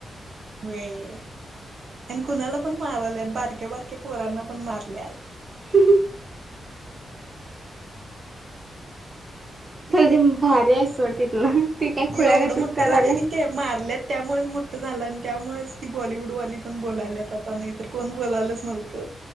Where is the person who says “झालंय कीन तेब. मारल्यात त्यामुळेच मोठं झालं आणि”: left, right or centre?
Right